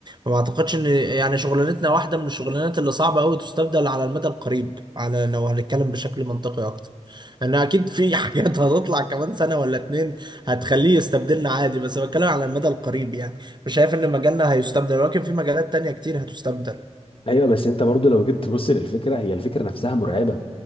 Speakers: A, on the right; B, on the left.
A: ما اعتقدش ان يعني شغلانتنا واحده من الشغلانات اللي صعبه قوي تستبدل على المدى القريب على لو هنتكلم بشكل منطقي اكتر لان اكيد في <laughs> حاجات هتطلع كمان سنه ولا اتنين هتخليه يستبدلنا عادي بس بتكلم على المدى القريب يعني مش شايف ان مجالنا هيستبدل ولكن في مجالات تانية كتير هتستبدل
B: ايوه بس انت برضو لو جيت تبص للفكره هي الفكره نفسها مرعبه